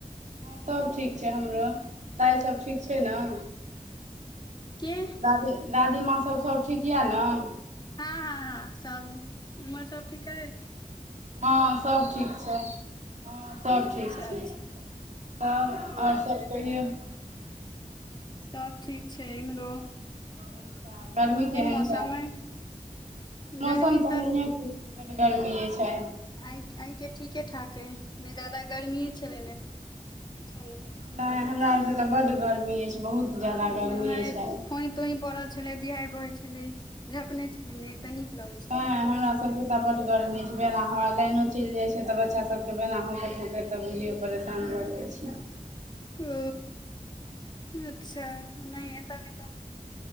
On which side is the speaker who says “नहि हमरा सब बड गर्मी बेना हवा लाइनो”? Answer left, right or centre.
Right